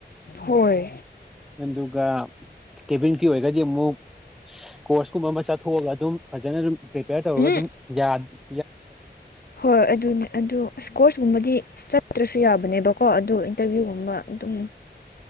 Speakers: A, on the left; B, in the centre.
A: ꯍꯣꯏ
B: ꯑꯗꯨꯒ ꯀꯦꯕꯤꯟ ꯀꯤꯌꯨ ꯑꯣꯏꯔꯒꯗꯤ ꯑꯃꯨꯛ ꯀꯣꯔꯁ ꯀꯨꯝꯕ ꯑꯃ ꯆꯠꯊꯣꯛꯑꯒ ꯑꯗꯨꯝ ꯐꯖꯅ ꯑꯗꯨꯝ ꯄ꯭ꯔꯤꯄꯦꯌꯔ ꯇꯧꯔꯒ
A: ꯎꯝ
B: ꯑꯗꯨꯝ ꯌꯥ
A: ꯍꯣꯏ ꯑꯗꯨꯅꯦ ꯑꯗꯨ ꯑꯁ ꯀ꯭ꯔꯣꯁ ꯨꯀꯨꯝꯕꯗꯤ ꯆꯠꯇ꯭ꯔꯁꯨ ꯌꯥꯕꯅꯦꯕꯀꯣ ꯑꯗꯨ ꯏꯟꯇꯔꯚꯤꯌꯨꯒꯨꯝꯕ ꯑꯗꯨꯝ